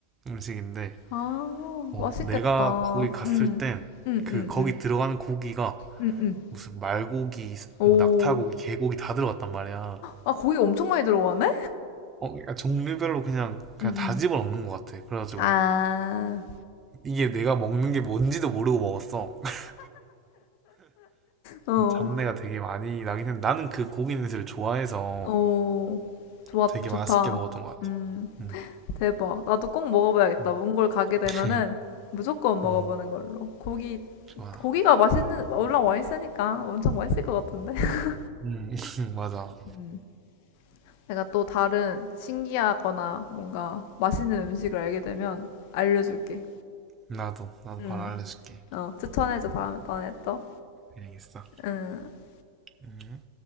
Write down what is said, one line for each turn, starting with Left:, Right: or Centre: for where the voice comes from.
Right: 음식인데,
Left: 아,
Right: 어,
Left: 맛있겠다.
Right: 내가 거기 갔을
Left: 음,
Right: 땐
Left: 음,
Right: 그
Left: 음,
Right: 거기
Left: 음,
Right: 들어가는 고기가
Left: 음, 음.
Right: 무슨 말고기,
Left: 오.
Right: 뭐 낙타고기, 개고기 다 들어갔단 말이야.
Left: 아, 고기 엄청 많이 들어가네?
Right: 어, 그러니까 종류별로 그냥 그냥
Left: 음, 음.
Right: 다 집어넣는 것 같아. 그래가지고
Left: 아,
Right: 이게 내가 먹는 게 뭔지도 모르고 먹었어. <laughs>
Left: 어,
Right: 잡내가 되게 많이 나긴 했는데 나는 그 고기 냄새를 좋아해서
Left: 어. 좋아,
Right: 되게
Left: 좋다.
Right: 맛있게 먹었던 것 같아.
Left: 음,
Right: 음,
Left: 대박. 나도 꼭 먹어봐야겠다.
Right: 음,
Left: 몽골 가게 되면은
Right: <laughs>
Left: 무조건 먹어보는
Right: 음,
Left: 걸로. 고기,
Right: 좋아.
Left: 고기가 맛있는, 올라와 있으니까 엄청 맛있을 것 같은데? <laughs>
Right: 음, <laughs> 맞아.
Left: 음. 내가 또 다른 신기하거나 뭔가 맛있는 음식을 알게 되면 알려줄게.
Right: 나도 나도
Left: 응
Right: 바로 알려줄게.
Left: 어, 추천해줘 다음에 또.
Right: 알겠어.
Left: 응.
Right: 음.